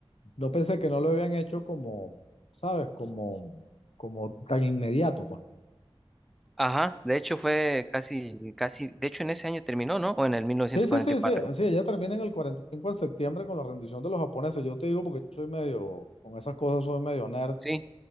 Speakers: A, on the left; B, in the centre.
A: no pensé que no lo habían hecho como, ¿sabes? Como, como tan inmediato, pues.
B: Ajá, de hecho fue casi, casi, de hecho en ese año terminó, ¿no? O en el 1944.
A: Sí, sí, sí, sí, sí, ella termina en el 45 en septiembre con la rendición de los japoneses. Yo te digo porque yo soy medio, con esas cosas soy medio nerd,
B: Sí,